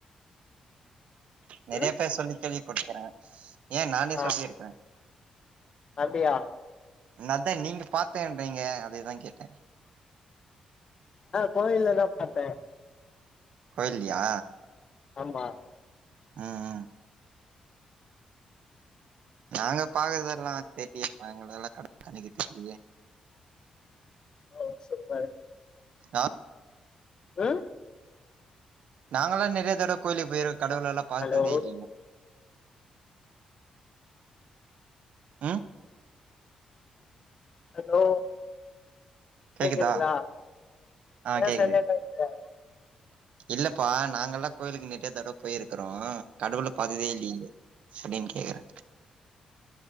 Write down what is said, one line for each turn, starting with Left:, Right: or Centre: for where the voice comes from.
Right: நெறைய
Left: ம்
Right: பேர் சொல்லி கேள்விப்பட்டுக்கே ஏன் நானே
Left: ஆ
Right: சொல்லிருக்கே
Left: அப்டியா
Right: என்ன தான் நீங்க பாத்தேன்றீங்க அதேதா கேட்டே
Left: போய்யில்லதா பாத்தே
Right: கோயிலியா
Left: ஆமா
Right: உம் உம் நாங்க பாக்குறதெல்லாம் தெரியப்ப எங்களெல்லாம் கண்ணிக்கிட்டு தெரியே
Left: ஓ சுப்பர்
Right: ஆஹ
Left: உஹம்
Right: நாங்கல்லாம் நெறைய தடவ கோயிலேக்கு போயிருக் கடவுள் லல்லாம் பாத்ததே
Left: ஹலோ
Right: இல்ல ஹம்
Left: ஹலோ
Right: கேக்குதா
Left: கேக்குதுங்களா
Right: ஆ
Left: ஏன்
Right: கேக்குது
Left: சைலண்ட்டா இருக்க
Right: இல்லப்பா நாங்கல்லாம் கோயிலுக்கு நெறைய தட போயிருக்குறோம் கடவுள பா்த்ததே இல்லங்க அப்டின்னு கேக்குறேன்